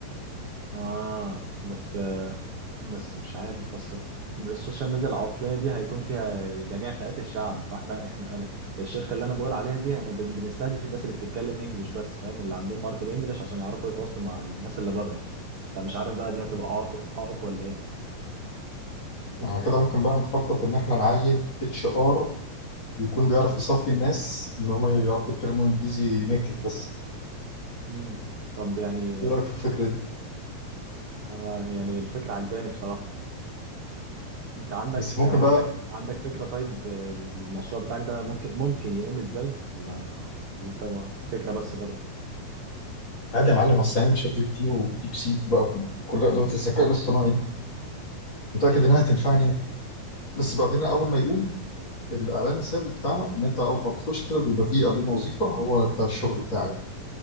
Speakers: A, on the right (about 65°); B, on the left (about 40°).
A: اه بس بس مش عارف اصل السوشيال ميديا العواطليه دي هيكون فيها جميع فئات الشعب فاحنا احنا انا الشركه اللي انا بقول عليها دي انا بن- بنستهدف الناس اللي بتتكلم انجليش بس فاهم اللي عندهم مهاره الانجليش عشان يعرفوا يتواصلوا مع الناس اللي بره فمش عارف بقى دي هتبقى عائق عائق ولا ايه
B: على كده ممكن بقى نخطط ان احنا نعين اتش ار يكون بيعرف يصفي الناس ان هم يعرفوا يتكلموا انجليزي نيتف بس
A: امم طب يعني
B: ايه رايك في الفكره دي
A: انا يعني الفكره عجباني بصراحه انت عندك
B: بس
A: عندك
B: ممكن بقى
A: عندك فكره طيب المشروع بتاعك ده ممكن ممكن يقوم ازاي ولا ولا انت فكره بس
B: عادي يا معلم اصل يعني شات جي بي تي وديب سيك بقى وكل ادوات الذكاء الاصطناعي دي متاكد انها هتنفعني بس بعدين اول ما يقول الاعلان الثابت بتاعنا ان انت اول ما بتخش كده بيبقى فيه قبلنا وظيفه هو بتاع الشغل بتاعك